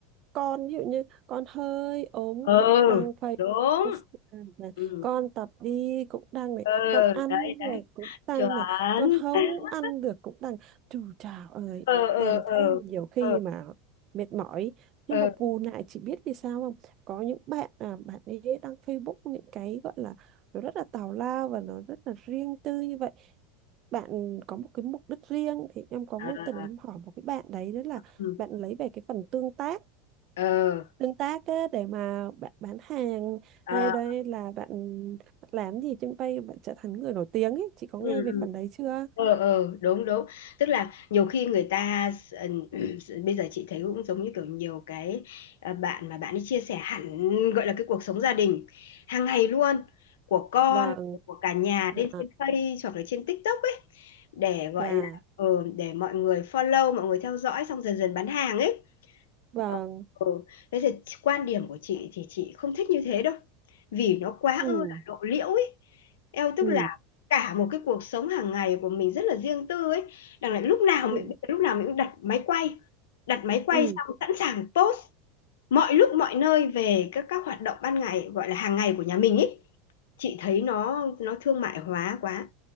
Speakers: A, on the right; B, on the left.
A: con ví dụ như con hơi ốm
B: ừ
A: cũng đăng Facebook
B: đúng
A: Instagram <laughs> này
B: ừ
A: con tập đi cũng đăng này
B: ừ
A: con ăn
B: đấy đấy
A: rồi cũng đăng
B: chuẩn
A: này con không
B: <laughs>
A: ăn được cũng đăng trời trời ơi
B: ờ ờ
A: em
B: ờ
A: thấy nhiều khi
B: ờ
A: mà mệt mỏi
B: ờ
A: nhưng mà bù lại chỉ biết vì sao không có những bạn à, bạn ấy đăng Facebook những cái gọi là nó rất là tào lao và nó rất là riêng tư như vậy bạn có một cái mục đích riêng thì em có
B: à,
A: vô tình em hỏi một cái bạn đấy đó là
B: ừ,
A: bạn lấy về cái phần tương tác
B: ờ
A: tương tác á, để mà bạn bán hàng
B: à,
A: hay
B: à,
A: đây là bạn làm gì trên vay bạn trở thành người nổi tiếng ấy chị có
B: ừ,
A: nghe về
B: ừ.
A: phần đấy chưa
B: ờ ờ đúng đúng tức là nhiều khi người ta ừ, <clears throat> bây giờ chị thấy cũng giống như kiểu nhiều cái à, bạn mà bạn ấy chia sẻ hẳn gọi là cái cuộc sống gia đình hàng ngày luôn của con
A: vâng
B: của cả nhà
A: dạ
B: lên trên Face hoặc là trên TikTok ấy để gọi
A: dạ
B: là ừ, để mọi người follow mọi người theo dõi xong dần dần bán hàng ấy
A: vâng
B: Ờ, ừ. Thế thì quan điểm của chị thì chị không thích như thế đâu. Vì nó quá
A: ừ
B: ư là lộ liễu ấy. Eo tức
A: ừ
B: là cả một cái cuộc sống hàng ngày của mình rất là riêng tư ấy. Đằng lại lúc nào mình
A: ừ
B: lúc nào mình cũng đặt máy quay, đặt máy quay
A: ừ
B: xong sẵn sàng post mọi lúc mọi nơi về các các hoạt động ban ngày gọi là hàng ngày của nhà mình ấy. Chị thấy nó nó thương mại hóa quá.